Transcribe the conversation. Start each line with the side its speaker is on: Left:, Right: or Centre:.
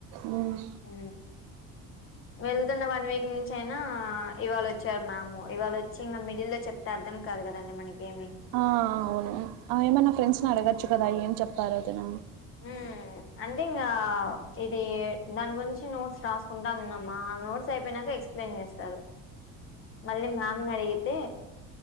Right: మ్మ్
Left: ఉ వెళ్తున్న వన్ వీక్ నుంచి అయినా ఇవాళ వచ్చారు మ్యామ్ ఏమో ఇవాళ వచ్చి ఇంగా మిగిలిన చెప్తే అర్థం కాదు కదండి మనకి ఏమి
Right: ఆ అవును ఏమైనా ఫ్రెండ్స్ ని అడగచ్చు కదా ఎమ్ చెప్పారు వదిన
Left: ఉమ్ అంటే ఇంగా ఇది దాని గురించి నోట్స్ రాసుకుంటా ఉన్నమా నోట్స్ అయిపోయినాక ఎక్స్ప్లెయిన్ చేస్తారు మళ్ళీ మ్యామ్ ని అడిగితే